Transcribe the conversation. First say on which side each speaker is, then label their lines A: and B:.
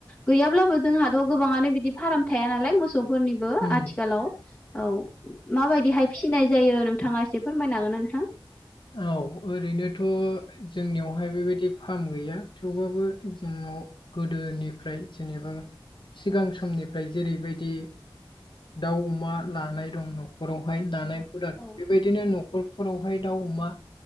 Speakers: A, on the left; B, on the left.
A: गैयाब्लाबो जोंहाथ' गोबाङानो बिदि फाराम थाया नालाय मोसौफोरनिबो
B: उम
A: आथिखालाव औ माबायदिहाय फिसिनाय जायो नों नोंथाङा एसे फोरमायनो हागोन ना नोंथां?
B: औ ओरैनोथ' जोंनियावहाय बेबायदि फार्म गैया थेवबाबो जोंनाव गोदोनिफ्राय जेनेबा सिगां समनिफ्राय जेरैबायदि दाउ अमा लानाय दं न'खरावहाय लानाय बेबायदिनो
A: औ
B: न'खरफोरावहाय दाउ अमा